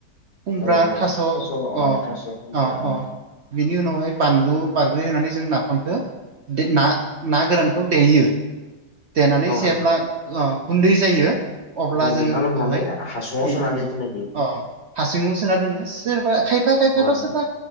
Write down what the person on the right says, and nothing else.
खुमब्रा
थास' अ
अ अ।
बिनि उनावहाय बानलु बारग्रे होनानै जों नाफामखो बे ना ना गोरानखौ देयो। देनानै
जेब्ला
अ गुन्दै जायो अब्ला
जोङो
बेखौहाय
उम
उम
अ हासुङाव सोना दोनो सोरबा खायफा खायफायाथ'
सोरबा